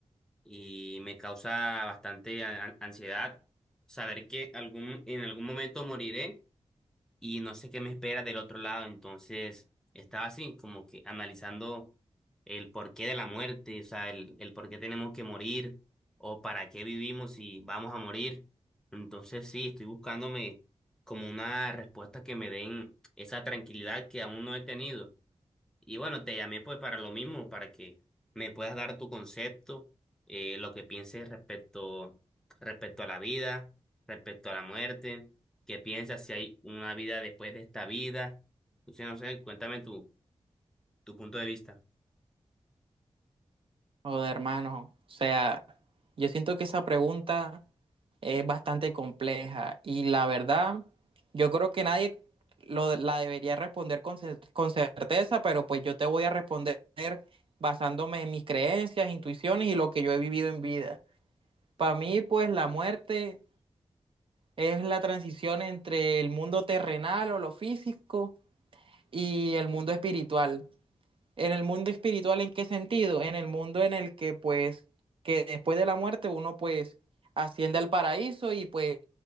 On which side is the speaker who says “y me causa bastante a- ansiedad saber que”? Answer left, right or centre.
Centre